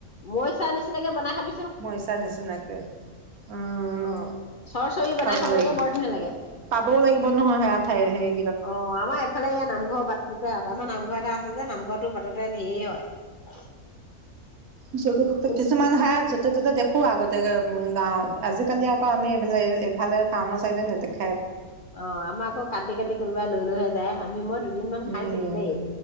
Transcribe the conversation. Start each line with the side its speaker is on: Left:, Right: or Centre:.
Left: মই চাই নিচিনাকে বনাই খাবি
Right: মইচা নিচিনাকে উম,
Left: অ চৰচৰি বনাই
Right: খাব লাগে,
Left: বৰ ধুনীয়া লাগে
Right: পাবও লাগিব নহয় সেয়া ঠাইত হে হেৰি
Left: অ, আমাৰ এইফালে এয়া নামঘৰ বাটটোতে আছে, আমাৰ নামঘৰ এটা আছে যে নামঘৰত টো বাটতে ধেৰ হয়।
Right: <unintelligible>
Left: কোন
Right: কিছুমান হা যতে, ত'তে দেখো আগতে উম গাঁৱত, আজিকালি আকৌ আমি এইবিলাক এইফালে টাউনৰ চাইডে নেদেখে
Left: অ, আমাৰ আকৌ কাটি-কাটি কোনো লৈ লৈ হে যায় আমি মই দুদিন মান
Right: উম
Left: খাইছিলো দেই,